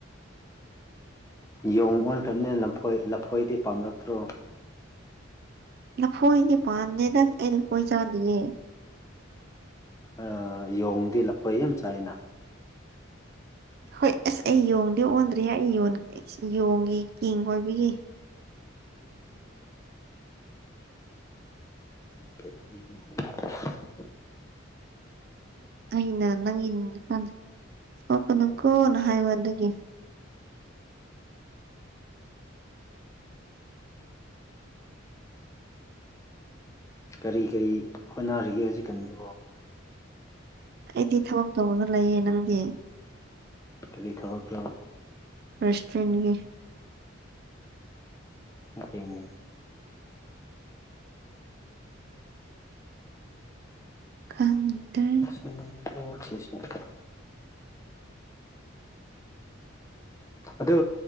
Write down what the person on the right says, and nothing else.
ꯂꯐꯣꯏꯗꯤ ꯄꯥꯝꯗꯦꯗ ꯑꯩ ꯂꯐꯣꯏ ꯆꯥꯗꯤꯌꯦ
ꯍꯣꯏ ꯑꯁ ꯑꯩ ꯌꯣꯡꯗꯤ ꯑꯣꯟꯗ꯭ꯔꯤꯍꯦ ꯑꯩ ꯌꯣꯡꯒꯤ ꯀꯤꯡ ꯑꯣꯏꯕꯒꯤ
ꯑꯩꯅ ꯅꯪꯒꯤ <unintelligible> ꯀꯞꯀꯅꯨꯀꯣ ꯍꯥꯏꯕ ꯑꯗꯨꯒꯤ
ꯑꯩꯗꯤ ꯊꯕꯛ ꯇꯧꯔꯒ ꯂꯩꯌꯦ ꯅꯪꯗꯤ
ꯔꯦꯁꯇꯣꯔꯦꯟꯒꯤ
ꯈꯪꯗꯦ